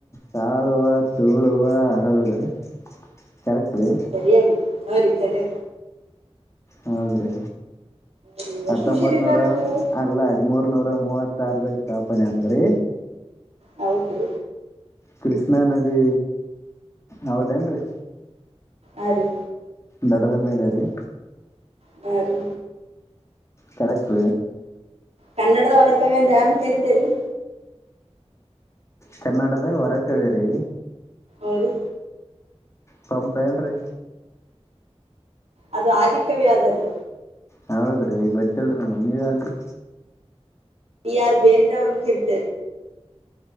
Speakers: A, on the left; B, on the right.
A: ತಾಳುವ ತೋಳುವ ಅರವಿಡು ಕರೆಕ್ಟ್ ರೀ
B: ಸರಿಯಿದ್ದ ನ ರೀ ಸರಿ
A: ಹೌದ್ರೀ
B: ರೀ
A: ಹತ್ತೊಂಬತ್
B: ಎಷ್ಟು ಹುಷಾರಿರಲ್ರಿ
A: ನೂರ
B: ನೀವು
A: ಅಲ್ಲ ಹದಿಮೂರ್ ನೂರ ಮೂವತ್ತು ವಿತಾರದ ಸ್ಥಾಪನೆ ಆದರೆ
B: ಹೌದು
A: ಕೃಷ್ಣಾ ನದಿ ಹೌದೇನ್ರೀ
B: ಆ ರೀ
A: ದಡದ ಮೇಲ ರ
B: ಹ್ಮ
A: ಕರಕ್ಪ
B: ಕನ್ನಡದ ವರಕವೆಂತ ಯಾರು ಕರಿತರಿ
A: ಕನ್ನಡದ ಹೊರಕವೇರಿ
B: ಹರು
A: ಪಂಪ ಏನ್್ರೀ
B: ಅದು ಆಧಿ ಕವಿ ಆದರೆ
A: ಹೌದ್ರೀ ಈ ಗೊತೀಲ್ರೀ ಮನ ಅಲ್ರರಿ
B: ಆರ್ ಬೇಂದ್ರ ಅವ್ರನ್ನ ಕರಿತ